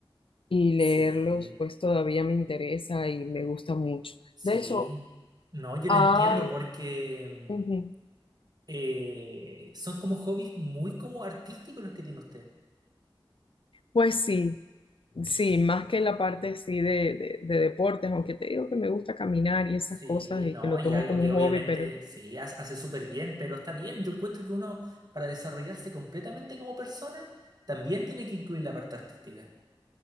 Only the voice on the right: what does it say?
Sí,
sí.
No, yo
le entiendo porque mm,
eh, son como hobbies muy como artísticos los que tiene usted.
Sí,
sí,
no,
y
algo
que
obviamente
sí ha- hace súper bien, pero está bien. Yo encuentro que uno para desarrollarse completamente como persona también tiene que incluir la parte artística.